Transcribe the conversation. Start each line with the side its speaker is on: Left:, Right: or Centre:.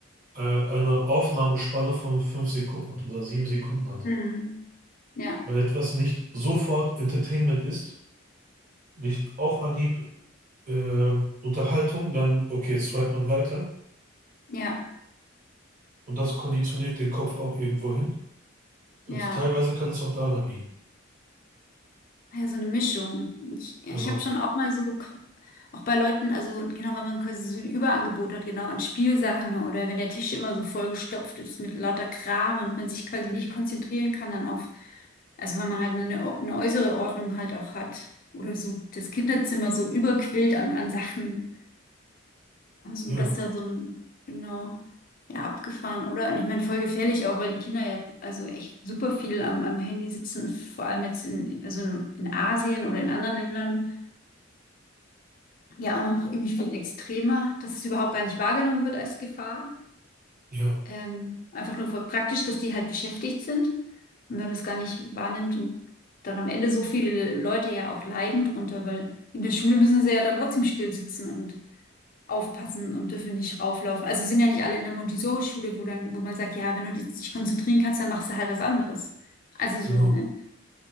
Right: äh, eine Aufnahmespanne von fünf Sekunden hat oder sieben Sekunden hat.
Left: Hm. Ja,
Right: Wenn etwas nicht sofort Entertainment ist, nicht auf Anhieb äh, Unterhaltung, dann okay, swipe man weiter.
Left: ja,
Right: Und das konditioniert den Kopf auch irgendwo hin. Also
Left: ja.
Right: teilweise kann es auch daran liegen.
Left: Ah Ja, so eine Mischung. Ich, ich
Right: Genau.
Left: habe schon auch mal so, qu- auch bei Leuten, also genau, wenn man quasi so ein Überangebot hat, genau, an Spielsachen oder wenn der Tisch immer so vollgestopft ist mit lauter Kram und man sich quasi nicht konzentrieren kann dann auf, also wenn man halt eine, Or- eine äußere Ordnung halt auch hat. Oder so das Kinderzimmer so überquillt an, an Sachen. Also,
Right: Ja,
Left: dass da so ein, genau, ja, abgefahren, oder? Und ich meine, voll gefährlich auch, weil die Kinder ja also echt super viel am, am Handy sitzen, vor allem jetzt in, also in, in Asien oder in anderen Ländern, ja auch noch irgendwie viel extremer, dass es überhaupt gar nicht wahrgenommen wird als Gefahr.
Right: ja,
Left: Ähm, einfach nur voll praktisch, dass die halt beschäftigt sind und man das gar nicht wahrnimmt und dann am Ende so viele Leute ja auch leiden drunter, weil in der Schule müssen sie ja dann trotzdem still sitzen und aufpassen und dürfen nicht rauflaufen. Also sind ja nicht alle in der Montessori-Schule, wo dann, wo man sagt, ja, wenn du dich nicht konzentrieren kannst, dann machst du halt was anderes. Also so,
Right: genau.
Left: ne?